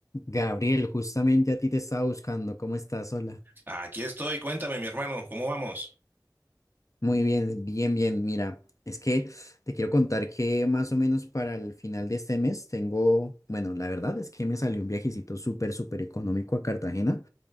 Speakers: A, on the left; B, on the right.
A: Gabriel, justamente a ti te estaba buscando. ¿Cómo estás? Hola.
B: Aquí estoy, cuéntame, mi hermano, ¿cómo vamos?
A: Muy bien, bien, bien. Mira, es que te quiero contar que más o menos para el final de este mes tengo, bueno, la verdad es que me salió un viajecito súper, súper económico a Cartagena.